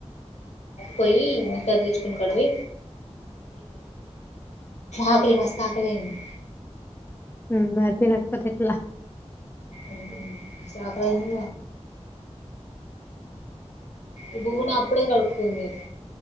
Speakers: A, on the left; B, on the left.
A: పొయ్యి కర తెచ్చుకుని కడువి ఆకలి మస్త ఆకలి అయింది
B: ఉమ్ మరి తినకపోతే ఎట్లా
A: మ్మ్ సాకలయింది ఈ భువన అప్పుడే కడుకుంది